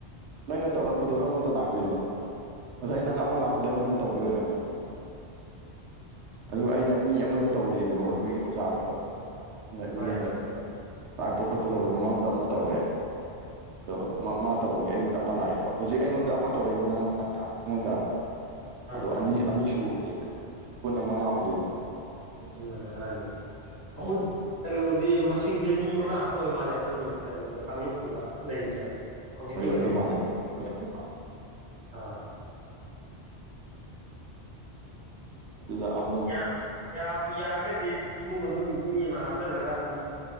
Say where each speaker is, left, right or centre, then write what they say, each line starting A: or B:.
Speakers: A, on the right; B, on the right.
A: ꯅꯪꯅ ꯇꯧꯔꯛꯄꯗꯣ ꯅꯪꯉꯣꯟꯗ ꯂꯥꯛꯇꯣꯏꯕ ꯉꯁꯥꯏ ꯅꯪ
B: ꯎꯝ
A: ꯑꯃ ꯂꯥꯛꯄꯗꯣ ꯑꯩꯉꯣꯟꯗ ꯇꯧꯕꯩ ꯑꯣꯏꯔꯝꯒꯅꯤ ꯑꯗꯨꯒ ꯑꯩꯅ ꯃꯤ ꯑꯃꯗ ꯇꯧꯔꯤꯌꯦꯕꯀꯣ ꯑꯩꯈꯣꯏꯒꯤ ꯑꯣꯖꯥ ꯑꯃꯗꯣ ꯑꯣꯖꯥ ꯏꯕꯣꯍꯟꯗ
B: ꯍꯣꯏ
A: ꯇꯥꯛꯄ ꯈꯣꯠꯄ ꯇꯧꯕꯗ ꯃꯥꯡꯗꯣ ꯑꯃ ꯇꯧꯔꯦ ꯑꯗꯣ ꯇꯧꯕꯒꯤ ꯑꯩꯉꯣꯟꯗ ꯑꯃ ꯂꯥꯛꯑꯦꯕ ꯍꯧꯖꯤꯛ ꯑꯩꯉꯣꯟꯗ ꯑꯃ ꯇꯧꯔꯛꯏꯗ ꯅꯪꯅ ꯑꯩꯉꯣꯟꯗ
B: ꯑꯥ
A: ꯑꯗꯣ ꯑꯅꯤ ꯑꯅꯤ ꯁꯨꯔꯤꯕ ꯄꯨꯟꯅ ꯃꯪꯉꯥ ꯑꯣꯏꯗꯣꯏꯕ
B: ꯄꯨꯟꯅ ꯃꯪꯉꯥꯅꯤꯅꯦ ꯑꯩꯈꯣꯏꯒꯤ
A: ꯎꯝ
B: ꯀꯩꯅꫭꯗꯤ ꯃꯁꯤꯡꯖꯩ ꯃꯤ ꯃꯪꯉꯥ ꯈꯠꯇ ꯑꫭꯏ ꯃꯥꯜꯂꯦ ꯑꯩꯈꯣꯏꯒꯤ ꯀꯩꯅꯣꯗꯨꯗ ꯀꯥꯡꯂꯨꯞꯇꯨꯗ ꯂꯩꯔꯤꯁꯦ ꯍꯧꯖꯤꯛꯀꯤ
A: ꯑꯣꯏꯔꯝꯗꯧ
B: ꯑꯣꯏꯅꯗꯤ
A: ꯃꯥꯜꯂꯦ ꯑꯣꯏꯔꯝꯗꯧ ꯃꯥꯜꯂꯦ
B: ꯑꯥ
A: ꯑꯗꯨꯗ ꯑꯃꯨꯛ
B: ꯌꯥꯝ ꯌꯥꯕꯨ ꯌꯥꯔꯒꯗꯤ ꯏꯃꯨꯡ ꯃꯅꯨꯡꯒꯤ ꯃꯤ ꯑꯃ ꯍꯥꯞꯆꯜꯂꯒ ꯑꯗꯨꯝ